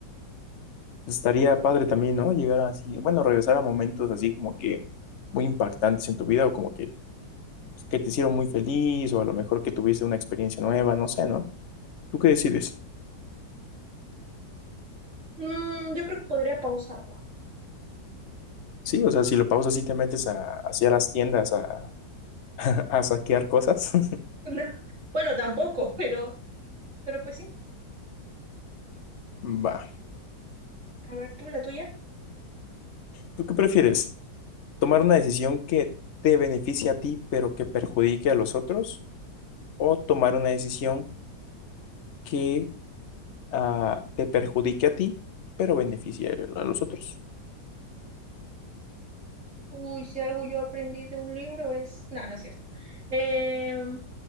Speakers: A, on the left; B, on the right.
A: pues, estaría padre también, ¿no? Llegar así, bueno, regresar a momentos así como que muy impactantes en tu vida o como que, pues, que te hicieron muy feliz o a lo mejor que tuviste una experiencia nueva, no sé, ¿no? ¿Tú qué decides?
B: Mm, yo creo que podría pausarlo.
A: Sí, o sea, si lo pausas y te metes a, hacia las tiendas a, <laughs> a saquear cosas. <laughs>
B: <laughs> Bueno, tampoco, pero, pero pues sí.
A: Va.
B: A ver, tú, la tuya.
A: ¿Tú qué prefieres? ¿Tomar una decisión que te beneficie a ti pero que perjudique a los otros? o tomar una decisión que ah, te perjudique a ti, pero beneficie a los otros.
B: Uy, si algo yo aprendí de un libro es... No, no es cierto. Em,